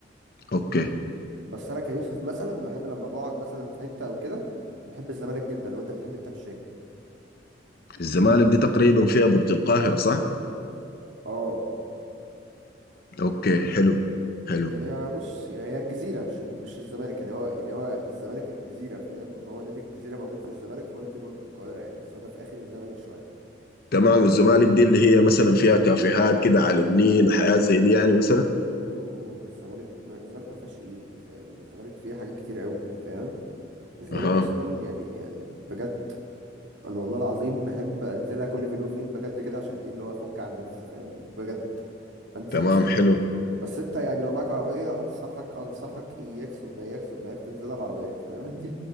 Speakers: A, on the left; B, on the right.
A: اوكي
B: بس انا كيوسف مثلا بحب لما بقعد مثلا في حتة او كده بحب الزمالك جدا لو انت بتحب التمشية
A: الزمالك دي تقريبا فيها برج القاهرة صح
B: اه
A: اوكي حلو حلو
B: هي بص يعني هي الجزيرة مش مش الزمالك يعني هو يعني هو الزمالك الجزيرة فاهم هو نادي الجزيرة موجود في الزمالك فهو اللي في برج القاهرة يعني بس هو ده في آخر الزمالك شوية
A: تمام والزمالك دي اللي هي مثلا فيها كافيهات كده على النيل وحياة زي دي يعني مثلا
B: يوه ده الزمالك الزمالك ما فيهاش ايه فاهم الزمالك فيه حاجات كتير قوي فاهم الزمالك
A: اها
B: اصلا يعني بجد انا والله العظيم بحب انزلها كل فين وفين بجد كده عشان ايه اللي هو افك عن نفسي فاهم بجد انزل
A: تمام
B: بس
A: حلو
B: بس انت يعني لو معاك عربيه انصحك انصحك اياك ثم اياك ثم اياك تنزلها بعربيه فاهم <laughs>